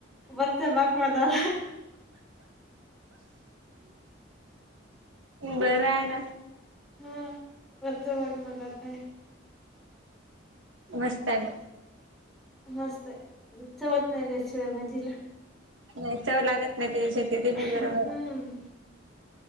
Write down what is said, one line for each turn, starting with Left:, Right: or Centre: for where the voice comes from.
Centre: वरच्यां भांग मालां
Right: बरं आहे नां
Centre: हम्मं वरच्यां भांग मदांत आहे.
Right: मस्तं आहे मंग.
Centre: मस्तं आहे. चवचं नाहीं त्यांशेव भाजीलां.
Right: नाहीं चवं लागतं नाहीं त्यांच्याशिवाय देते मी बरोबर.
Centre: हम्म